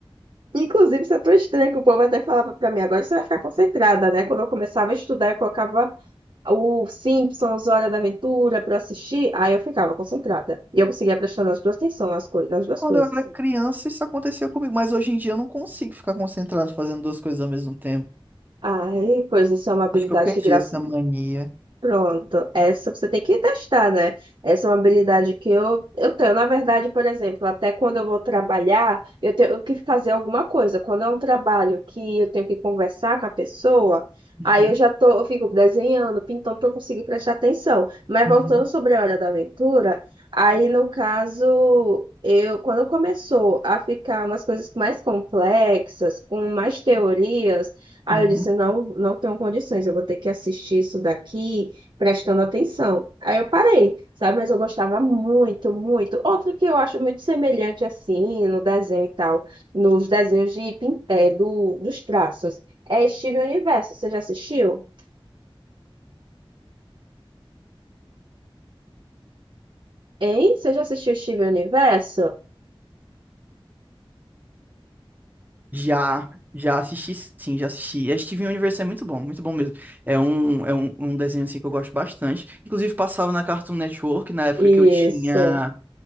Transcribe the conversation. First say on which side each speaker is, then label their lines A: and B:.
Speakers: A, on the right; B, on the right.
A: Inclusive, isso é tão estranho que o povo até falava pra mim, agora você vai ficar concentrada, né? Quando eu começava a estudar, eu colocava o Simpsons, Hora da Aventura pra eu assistir, aí eu ficava concentrada. E eu conseguia prestar nas duas atenção nas, coi- nas duas
B: Quando
A: coisas.
B: eu era criança, isso acontecia comigo, mas hoje em dia eu não consigo ficar concentrado fazendo duas coisas ao mesmo tempo.
A: Ai, pois isso é uma habilidade
B: Acho que eu perdi
A: que, graças
B: essa mania.
A: Pronto, essa você tem que testar, né? Essa é uma habilidade que eu, eu tenho. Na verdade, por exemplo, até quando eu vou trabalhar, eu tenho que fazer alguma coisa. Quando é um trabalho que eu tenho que conversar com a pessoa, aí
B: Uhum,
A: eu já tô, eu fico desenhando, pintando para conseguir prestar atenção. Mas
B: uhum,
A: voltando sobre a hora da aventura, aí no caso, eu quando começou a ficar umas coisas mais complexas, com mais teorias, aí
B: uhum.
A: eu disse, não, não tenho condições, eu vou ter que assistir isso daqui prestando atenção. Aí eu parei, sabe? Mas eu gostava muito, muito. Outro que eu acho muito semelhante assim no desenho e tal, nos desenhos de pin- é, do, dos traços, é Steven Universo. Você já assistiu? Hein? Você já assistiu Steven Universo?
B: Já, já assisti, sim, já assisti. A Steven Universe é muito bom, muito bom mesmo. É um, é um, um desenho assim que eu gosto bastante. Inclusive passava na Cartoon Network na época
A: Isso.
B: que eu tinha